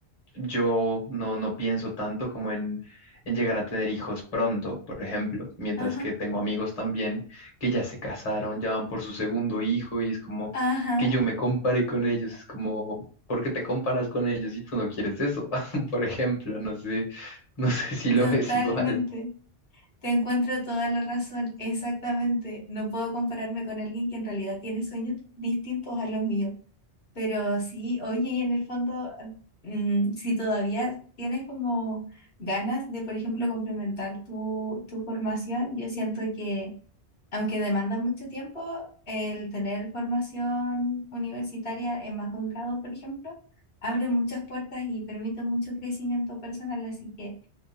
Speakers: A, on the left; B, on the left.
A: yo no, no pienso tanto como en, en llegar a tener hijos pronto, por ejemplo, mientras
B: Ajá,
A: que tengo amigos también que ya se casaron, ya van por su segundo hijo y es como
B: ajá,
A: que yo me compare con ellos, es como... ¿Por qué te comparas con ellos si tú no quieres eso? <laughs> Por ejemplo, no sé, no sé si lo
B: totalmente.
A: ves <laughs> igual.
B: Te encuentro toda la razón, exactamente. No puedo compararme con alguien que en realidad tiene sueños distintos a los míos. Pero sí, oye, y en el fondo, mm, si todavía tienes como ganas de, por ejemplo, complementar tu, tu formación, yo siento que, aunque demanda mucho tiempo, el tener formación universitaria en más de un grado, por ejemplo, abre muchas puertas y permite mucho crecimiento personal, así que